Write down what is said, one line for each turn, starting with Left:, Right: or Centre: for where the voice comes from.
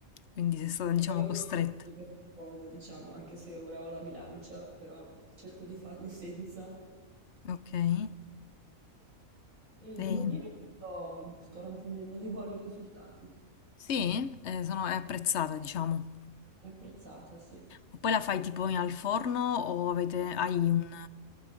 Left: quindi sei stata, diciamo,
Right: Poi ho
Left: costretta.
Right: mantenuto questa cosa, diciamo, anche se ora ho la bilancia, però cerco di farlo senza.
Left: Ok, Mm.
Right: E devo
Left: ehm,
Right: dire che sto, sto raggiungendo dei buoni risultati.
Left: sì, eh, sono, è apprezzata, diciamo.
Right: È apprezzata, sì.
Left: Ma poi la fai tipo al forno o avete, hai un...